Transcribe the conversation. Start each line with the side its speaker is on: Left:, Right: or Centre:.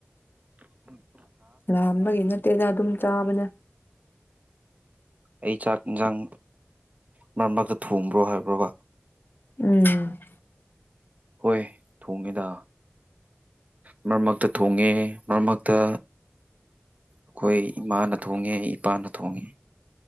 Right: <inaudible>
Left: ꯂꯥꯝꯕꯒꯤ ꯅꯠꯇꯦꯗꯥ ꯑꯗꯨꯝ ꯆꯥꯕꯅꯦ
Right: ꯑꯩ ꯆꯥꯛ ꯏꯟꯁꯥꯡ ꯃꯔꯛ ꯃꯔꯥꯛꯇ ꯊꯣꯡꯕ꯭ꯔꯣ ꯍꯥꯏꯕ꯭ꯔꯣꯕ
Left: ꯎꯝ
Right: ꯍꯣꯏ ꯊꯣꯡꯉꯦꯗ ꯃꯔꯛ ꯃꯔꯛꯇ ꯊꯣꯡꯉꯦ ꯃꯔꯛ ꯃꯔꯛꯇ ꯑꯩꯈꯣꯏ ꯏꯃꯥꯅ ꯊꯣꯡꯉꯦ ꯏꯄꯥꯅ ꯊꯣꯡꯉꯦ